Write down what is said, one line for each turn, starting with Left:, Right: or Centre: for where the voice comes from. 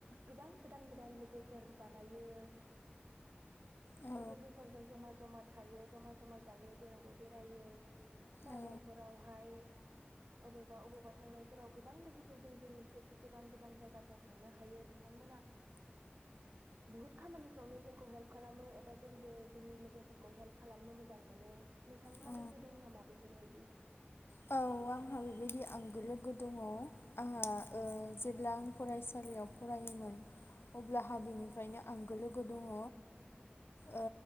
Right: गोबां गोदान गोदान लोगोफोर बानायो।
Left: औ
Right: बे लोगोफोरजों जमा जमा था थायो जमा जमा जायो। जेरावबो बेरायो फरायनायफोरावहाय
Left: औ
Right: अबावबा अबावबा थांनायफोराव गोबां लोगोफोरजों जों गो-गोबां गोबां जायगाफ्राव थां थांनो हायो बिथांमोना बुहुद खामानिफ्रावनो जोंखौ हेल्प खालामो ए बा जोंबो जोंनि लोगोफोरखौ हेल्प मोजां मोनो। नोंथांहा
Left: औ
Right: लोगो दं नामा बेफोरबायदि?
Left: औ आंहा बेबायदि लोगो दङ। आंहा ओ जेब्ला आं फरायसालियाव फरायोमोन। अब्ला हा बिनिफ्रायनो आंगो लोगो दङ। ओ